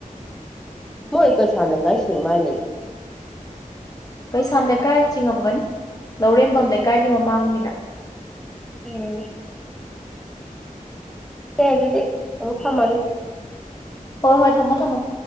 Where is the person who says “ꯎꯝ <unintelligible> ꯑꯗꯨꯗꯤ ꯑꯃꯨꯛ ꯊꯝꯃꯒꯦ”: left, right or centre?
Centre